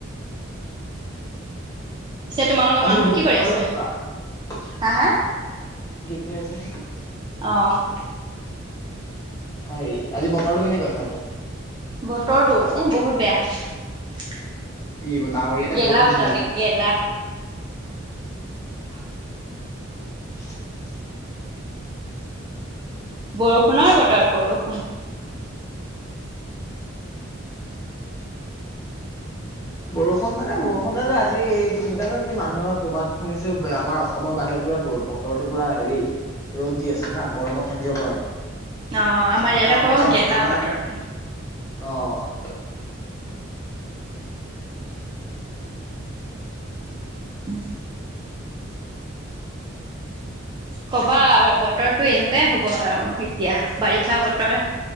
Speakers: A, on the right; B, on the left.
A: পিছে তোমালোকৰ
B: আজিৰ
A: মাহত
B: <unintelligible>
A: কি
B: ঘৰতে
A: কৰি আছে
B: কনো কি
A: হা হা
B: কি আছে?
A: অ'।
B: হেৰি আজি বতৰটো কেনেকুৱা এইফালে?
A: বতৰটো, এ বহুত বেয়া।
B: কি ডাৱৰীয়া নে
A: গেলা
B: বৰষুণ
A: বতালিক
B: দিছে নেকি?
A: গেলা
B: <inaudible>
A: বৰষুণৰ বতৰ বৰষুণ।
B: বৰষুণ মানে বৰষুণৰ যে আজি এই জানো কি মানুহৰ ক'ৰবাত শুনিছো আমাৰ অসমৰ বাহিৰত পুৰা বতৰটো পুৰা হেৰি ৰ'দ দি আছে। হা গৰমত থাকিব পৰা নাই
A: অ আমাৰ ইয়াত
B: আকৌ আকৌ
A: গেলা
B: আমাৰ
A: বতৰটো
B: অ'।
A: উম। ক'বা আৰু বতৰটো এনেকুৱাই হ'ব আৰু। এতিয়া বাৰিষা বতৰ